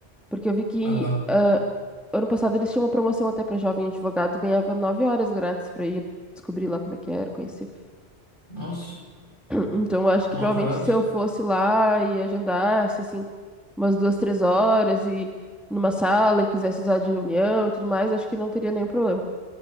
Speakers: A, in the centre; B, on the left.
A: porque eu vi que
B: aham.
A: ah, ano passado eles tinham uma promoção até pra jovem advogado, ganhava nove horas grátis pra ir descobrir lá como é que era, conhecer.
B: Nossa,
A: Então, eu acho
B: nove
A: que provavelmente
B: horas?
A: se eu fosse lá e agendasse, assim, umas duas, três horas e numa sala e quisesse usar de reunião e tudo mais, acho que não teria nenhum problema.